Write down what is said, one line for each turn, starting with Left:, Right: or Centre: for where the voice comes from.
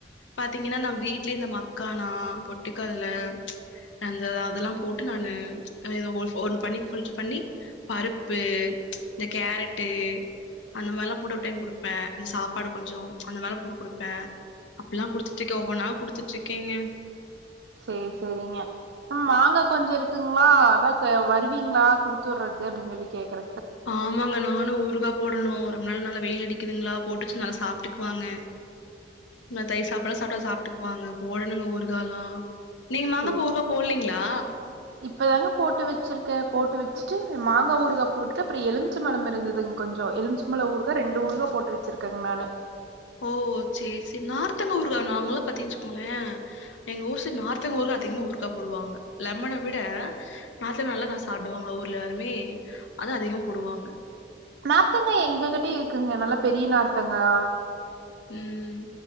Left: பாத்தீங்கன்னா நம்ம வீட்லயே இந்த மக்கானா பொட்டுக்கல்ல அந்த அதெல்லா போட்டு நானு ஏதோ ஒன்னு பண்ணி ஃபில்டர் பண்ணி பருப்பு இந்த கேரட்டு அந்த மாரில்லா போட்டு ஒரு டைம் குடுப்ப இந்த சாப்பாடு கொஞ்சோ அந்த மேல போட்டு குடுப்ப அப்படில்லா குடுத்துட்டு இருக்கே ஒவ்வொன்னா குடுத்துட்டு இருக்கேங்க
Right: செரி செரிங்க ம் மாங்காய் கொஞ்சோ இருக் க்குங்களா அதா வருவீங்ளா குடுத்துர்றதுக்கு அப்டின் சொல்லி கேக்குற
Left: ஆமாங்க நானு ஊருகா போடணு. ரொம்பநாளா நல்லா வெயில் அடிக்குதுங்களா போட்டு வச்சு நல்லா சாப்ட்டுக்குவாங்க இந்த தயிர் சாப்பாட்லா சாப்ட்டா சாப்ட்டுக்குவாங்க போடணுங்க ஊறுகாலா நீங்க மாங்காப்பூ
Right: சேரி சே
Left: ஊறுகா போடலீங்ளா
Right: இப்பதாங்க போட்டு வச்சிருக்க போட்டு வச்சுட்டு மாங்கா ஊறுகா போட்டு அப்பற எலும் எலுமிச்சம் பழம் இருந்ததுங்க கொஞ்ச எலுமிச்சம் பழம் ஊறுகா ரெண்டு ஊறுகா போட்டு வச்சிருக்கேங்க நானு
Left: ஓ சரி சரி நார்த்தங்கா ஊறுகா நாங்கலா பாத்திங்க வச்சுக்கோங்களே எங்க ஊர்ஸ் நார்த்தங்கா ஊருகா அதிகமா ஊருகா போடுவாங்க லெம்மன விட நார்த்தங்கா நல்லா நா சாப்டுவாங்க ஊர்ல எல்லாருமே அத அதிகமா போடுவாங்க
Right: நார்த்தங்கா எங்க கிட்டயு இருக்குங்க நல்லா பெரிய நார்த்தங்கா
Left: ம்